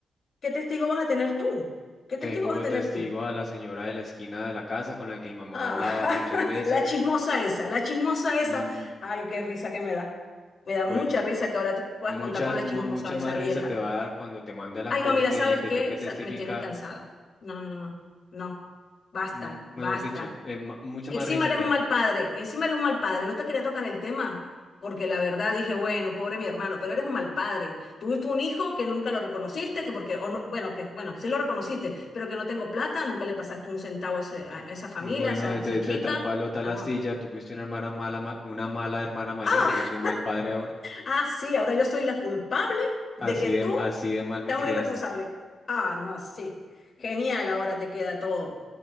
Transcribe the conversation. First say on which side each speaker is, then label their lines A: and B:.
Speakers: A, on the left (about 55°); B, on the left (about 35°).
A: ¿Qué testigo vas a tener tú? ¿Qué
B: Tengo
A: testigo vas
B: de
A: a tener
B: testigo
A: tú?
B: a la señora de la esquina de la casa con la que mi mamá
A: Ah,
B: hablaba
A: <laughs>
B: muchas veces.
A: la chismosa esa, la chismosa esa.
B: Mm,
A: Ay, qué risa que me da. Me da
B: Bueno,
A: mucha risa que ahora tú puedas
B: mucha,
A: contar con la
B: ma-
A: chismosa
B: mucha
A: esa
B: más
A: vieja.
B: risa te va a dar cuando te mande a la
A: Ay,
B: corte
A: no, mira, ¿sabes
B: y te
A: qué?
B: toque testificar.
A: Sa- Me tienes cansada. No, no, no, no. Basta,
B: M- Mejor
A: basta.
B: dicho, eh, ma- mucha
A: Encima
B: más risa
A: eres
B: te
A: un
B: va-
A: mal padre, encima eres un mal padre. No te quería tocar el tema, porque la verdad dije, bueno, pobre mi hermano, pero eres un mal padre. Tuviste un hijo que nunca lo reconociste, que porque, o no, bueno, que bueno, sí lo reconociste, pero que no tengo plata, nunca le pasaste un centavo a, ese- a- a esa familia,
B: Bueno,
A: a esa,
B: de,
A: a
B: de-
A: esa chica.
B: de tal palo, tal
A: No.
B: astilla, tú fuiste una hermana mala, ma- una mala hermana mayor,
A: Ah,
B: yo soy un mal padre ahora.
A: Ah, sí, ahora yo soy la culpable de
B: Así
A: que tú
B: de, así de mal me
A: seas
B: criaste.
A: un irresponsable. Ah, no, sí. Genial, ahora te queda todo. O